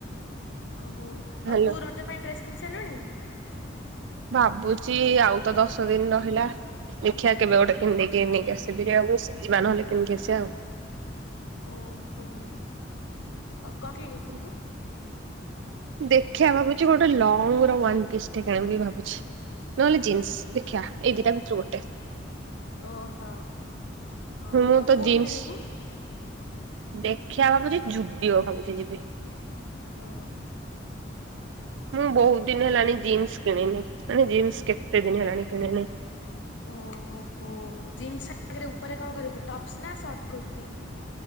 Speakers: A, on the left (about 65°); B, on the right (about 70°).
A: ଓହୋ
B: ହ୍ୟାଲୋ
A: ଆଉ ତୁ ରଜ ପାଇଁ ଡ୍ରେସ କିଣିି ସାରିଲୁଣି?
B: ଭାବୁଛି ଆଉ ତ ଦଶ ଦିନି ରହିଲା। ଦେଖିଆ କେବେ ଗୋଟେ କିିଣିଦେଇକି ନେଇକି କିଆସିବି ଯେ ଆଉଜିବା ନହେଲେ କିଣିକି ଆସିବା ଆଉ।
A: ଓହୋ ଆଉ କଣ କିଣିବୁ?
B: <unintelligible> ଦେଖିଆ ଭାବୁଛି ଗୋଟେ ଲଙ୍ଗ ର ୱାନ୍ ପିସ୍ ଟେ କିଣିବି ଭାବୁଛି। ନହେଲେ ଜିନ୍ସ ଦେଖିଆ ଏଇ ଦିଟା ଭିତରୁ ଗୋଟେ।
A: ଓହୋ। ଆଉ
B: ହୁଁ ମୁଁ
A: ଆଉ
B: ତ
A: କୋଉଠୁ
B: ଜିନ୍ସ
A: କିଣିବୁ?
B: ଦେଖିଆ ଭାବୁଛି ଜୁବିଓ ଭାବୁଛି ଯିବି।
A: ଓ।
B: ମୁଁ ବହୁତ ଦିନି ହେଲାଣି ଜିନ୍ସ କିଣିନି ମାନେ ଜିନ୍ସ କେତେ ଦିନି ହେଲାଣି କିଣିନି।
A: ଓହୋ ଜିନ୍ସ ଆଗରେ ଉପରେ କଣ କରିବୁ ଟପ୍ସ ନା ସର୍ଟ କୁର୍ତ୍ତି?